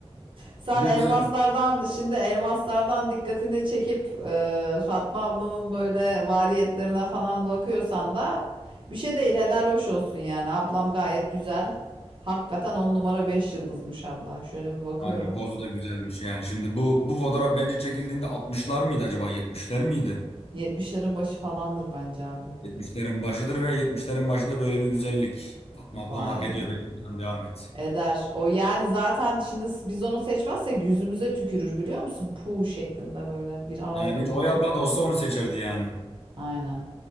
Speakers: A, on the right; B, on the left.
A: Sen
B: Bir de
A: elmaslardan
B: bize
A: şimdi elmaslardan dikkatini çekip e, Fatma ablanın böyle variyetlerine falan bakıyorsan da bir şey değil helal hoş olsun yani ablam gayet güzel. Hakikaten 10 numara 5 yıldızmış abla. Şöyle bir bakıyorum.
B: Harbi pozu da güzelmiş yani. Şimdi bu bu fotoğraf bence çekildiğinde 60'lar mıydı acaba? 70'ler miydi?
A: 70'lerin başı falandır bence abi.
B: Yetmişlerin başıdır ve yetmişlerin başında böyle bir güzellik. Fatma ablam
A: Vay
B: hak ediyor.
A: yani.
B: Bence oradan devam et.
A: Eder. O yani zaten şimdi s- biz onu seçmezsek yüzümüze tükürür biliyor musun? Puh şeklinde böyle bir ağız
B: Yani
A: dolusu.
B: bence Oya abla da olsa onu seçerdi yani.
A: Aynen.